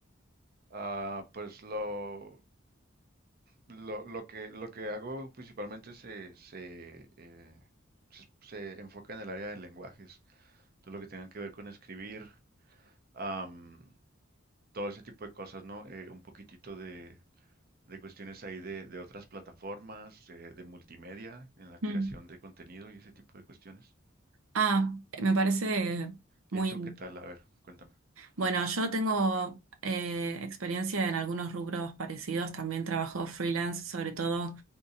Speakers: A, on the right; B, on the right.
A: Ah, pues lo, Lo, lo que, lo que hago principalmente se, se, eh, se, se enfoca en el área de lenguajes, todo lo que tenga que ver con escribir, am, todo ese tipo de cosas, ¿no? Eh, un poquitito de, de cuestiones ahí de, de otras plataformas, eh, de multimedia, en la creación
B: Mm.
A: de contenido y ese tipo de cuestiones.
B: Ah, me parece muy
A: ¿Y tú qué tal? A ver, cuéntame.
B: Bueno, yo tengo eh, experiencia en algunos rubros parecidos. También trabajo freelance, sobre todo